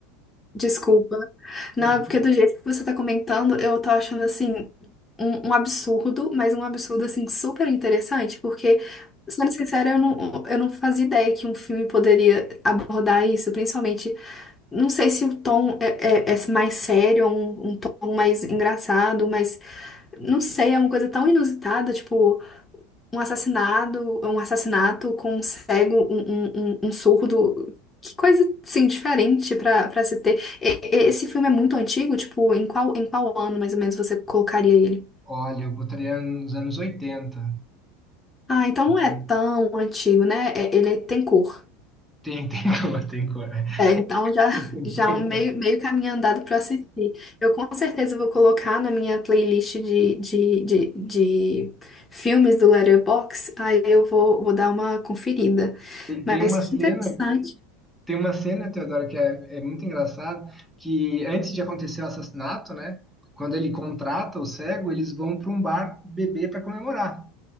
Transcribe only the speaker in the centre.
<laughs>
Olha, eu botaria nos anos 80.
É,
Tem, tem <laughs> cor, tem cor. <laughs>
Tem
cor.
Tem
tem uma
cena,
tem uma cena, Teodoro, que é, é muito engraçado, que antes de acontecer o assassinato, né? Quando ele contrata o cego, eles vão para um bar beber para comemorar.